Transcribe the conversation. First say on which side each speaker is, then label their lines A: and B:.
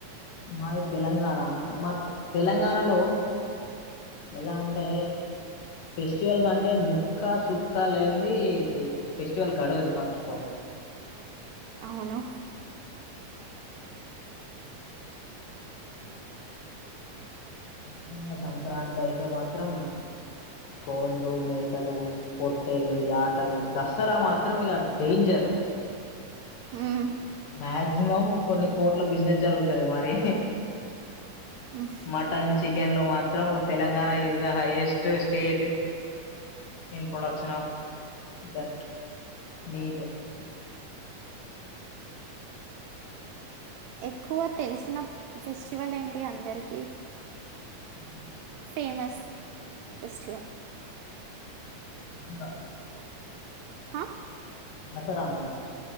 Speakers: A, on the left; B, on the right.
A: మాది తెలంగాణ మా తెలంగాణలో ఎలా అంటే ఫెస్టివల్స్ అంటే ముక్కా సుక్క లేనిది ఫెస్టివల్ గడవది ఫస్ట్ ఆఫ్ ఆల్
B: అవును
A: ముఖ్యంగా సంక్రాంతి అయితే మాత్రం కోళ్ళు మేక లు పొట్టేళ్లు యాటలు దసరా మాత్రం ఇక డేంజర్
B: మ్మ్
A: మాక్సిమం కొన్ని కోట్ల బిజినెస్ జరుగుతుది మరి
B: మ్మ్
A: మటన్ చికెన్ లో మాత్రం Telangana is the highest state in production of that meat uh
B: ఎక్కువ తెలిసిన ఫెస్టివల్ ఏంటి అందరికి
A: ఆహా
B: ఫేమస్ ఫెస్టివల్
A: దసరా
B: హా
A: దసరానా